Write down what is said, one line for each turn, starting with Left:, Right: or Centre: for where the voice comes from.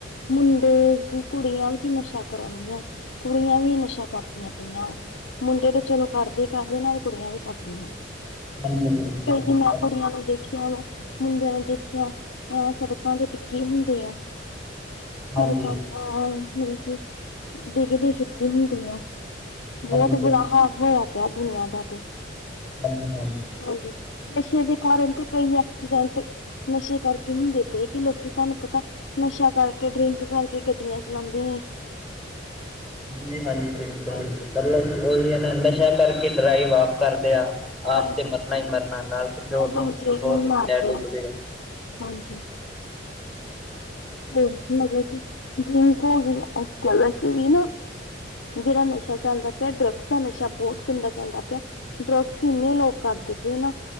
Left: ਮੁੰਡੇ ਕਿ ਕੁੜੀਆਂ। ਕੀ ਨਸ਼ਾ ਕਰਨ ਦੀਆਂ, ਕੁੜੀਆਂ ਵੀ ਨਸ਼ਾ ਕਰਦੀਆਂ ਪਈਆਂ ਵਾ, ਮੁੰਡੇ ਤੇ ਚਲੋ ਕਰਦੇ ਕਰਦੇ ਨਾਲ ਕੁੜੀਆਂ ਵੀ ਕਰਦੀ ਐ,
Centre: ਹਾਂਜੀ ਬਿਲਕੁਲ
Left: ਤੇ
Centre: ਹਾਂਜੀ
Left: ਇੰਨਾ ਕੁੜੀਆਂ ਨੂੰ ਦੇਖੀ ਦੇਖੀ, ਆ ਵਾ ਮੁੰਡਿਆਂ ਨੇ ਦੇਖਿਆ, ਅਹ ਸੜਕਾਂ ਤੇ ਡਿੱਗੇ ਹੁੰਦੇ ਆ
Centre: ਹਾਂਜੀ
Left: ਸੜਕਾਂ ਤੇ, ਮਤਲਬ ਕੀ ਡਿੱਗਦੀ ਹੁੰਦੀ ਆ
Centre: ਬਿਲ
Left: ਬਹੁਤ ਬੁਰਾ ਹਾਲ ਹੋਇਆ ਪਿਆ, ਦੁਨੀਆਂ ਦਾ ਤੇ
Centre: ਹਾਂਜੀ ਹਾਂਜੀ
Left: ਹਾਂਜੀ ਨਸ਼ੇ ਦੇ ਕਾਰਨ ਡਿਗ ਪਈ ਐ ਨਸ਼ੇ ਕਰਕੇ ਹੁੰਦੇ ਪਏ ਕਿ ਲੋਕੀ, ਤੁਹਾਨੂੰ ਪਤਾ ਨਸ਼ਾ ਕਰਕੇ, ਡਰਿੰਕ ਕਰਕੇ, ਗੱਡੀਆਂ ਚਲਾਉਂਦੇ ਨੇ
Centre: ਹਾਂਜੀ ਹਾਂਜੀ ਬਿਲਕੁਲ
Left: ਹਾਂਜੀ।
Centre: ਮਤਲਬ ਉਹੀ ਹੈਨਾ ਨਸ਼ਾ ਕਰਕੇ, ਡਰਾਈਵ ਆਪ ਕਰਦੇ ਆ
Left: ਹਾਂਜੀ
Centre: ਆਪ ਤੇ ਮਰਨਾ ਹੀ ਮਰਨਾ, ਨਾਲ ਕਿਸੇ ਹੋਰ
Left: ਦੂਸਰੇ
Centre: ਨੂੰ
Left: ਨੂੰ ਮਾਰਦੇ
Centre: ਲੈ ਡੁਬਦੇ
Left: ਆ
Centre: ਐ
Left: ਹਾਂਜੀ ਹ ਮਲਸੀ ਡਕ ਹੋਗੀ ਅਜਕੇਲ ਸੀਵ ਨਾ <inaudible> ਜਿਹੜਾ ਨਸ਼ਾ ਚੱਲਦਾ ਪਿਆ, ਡਰੱਗਸ ਦਾ ਨਸ਼ਾ ਬਹੁਤ ਗੰਦਾ ਚੱਲਦਾ ਪਿਆ ਡਰੱਗਸ ਇੰਨੇ ਲੋਕ ਕਰਦੇ ਪਏ ਨਾ